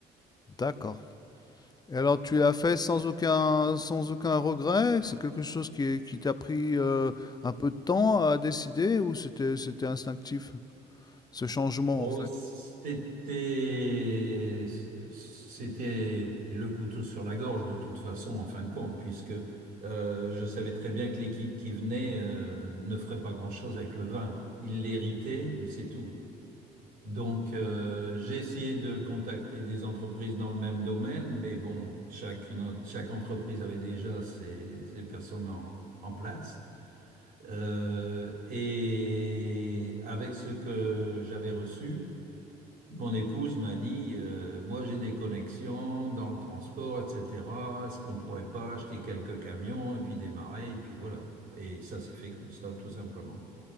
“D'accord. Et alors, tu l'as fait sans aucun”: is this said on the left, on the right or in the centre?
Left